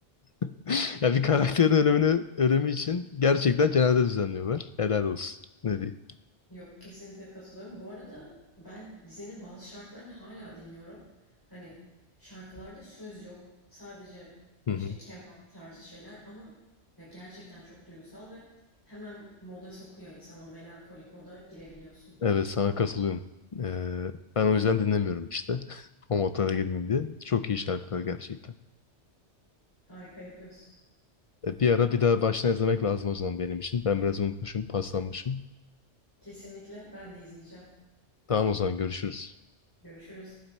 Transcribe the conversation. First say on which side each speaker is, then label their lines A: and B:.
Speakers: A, on the left; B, on the left.
A: <laughs> Ya bir karakterin ölümünü, ölümü için gerçekten cenaze düzenliyorlar. Helal olsun. Ne diyeyim.
B: Yok, kesinlikle katılıyorum. Bu arada ben dizinin bazı şarkılarını hala dinliyorum. Hani şarkılarda söz yok. Sadece,
A: Hı hı.
B: işte, keman tarzı şeyler ama ya gerçekten çok duygusal ve hemen moda sokuyor insanı. O melankolik moda girebiliyorsun.
A: Evet sana katılıyorum. Ee, ben o yüzden dinlemiyorum işte. <laughs> O modlara girmeyeyim diye. Çok iyi şarkılar gerçekten.
B: Harika yapıyorsun.
A: E, bir ara bir daha baştan izlemek lazım o zaman benim için. Ben biraz unutmuşum, paslanmışım.
B: Kesinlikle ben de izleyeceğim.
A: Tamam o zaman görüşürüz.
B: Görüşürüz.